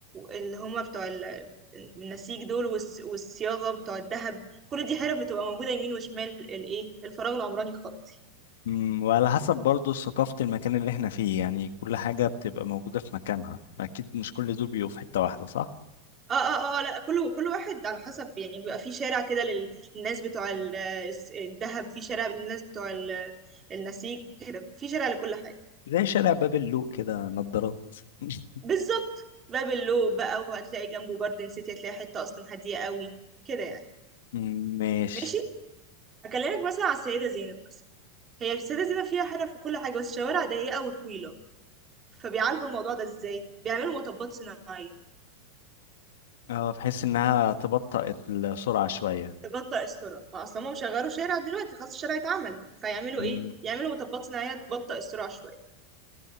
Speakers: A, on the right; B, on the left.
A: اللي هم بتوع ال- النسيج دول والس- والصياغه بتوع الذهب كل دي حرف بتبقى موجوده يمين وشمال الايه الفراغ العمراني الخطي
B: أمم، وعلى حسب برضو ثقافة المكان اللي احنا فيه يعني كل حاجة بتبقى موجودة في مكانها أكيد مش كل دول بيبقوا في حتة واحدة صح؟
A: اه اه اه لا كل كل واحد على حسب يعني بيبقى في شارع كده لل- للناس بتوع ال- الذهب في شارع للناس بتوع ال- النسيج كده في شارع لكل حاجه
B: زي شارع باب اللوق كده نضارات <laughs>
A: بالظبط باب اللو بقى وهتلاقي جنبه جاردن سيتي هتلاقي حته اصلا هاديه قوي كده يعني
B: أمم، ماشي
A: ماشي هكلمك مثلا على السيده زينب مثلا هي في السيده زينب فيها حرف وكل حاجه بس شوارع ضيقه وطويله فبيعالجوا الموضوع ده ازاي بيعملوا مطبات صناعيه
B: اه بحيث انها تبطئ السرعة شوية
A: تبطئ السرعه ما اصلا هم شغلوا شارع دلوقتي خلاص الشارع اتعمل فيعملوا
B: مم.
A: ايه يعملوا مطبات صناعيه تبطئ السرعه شويه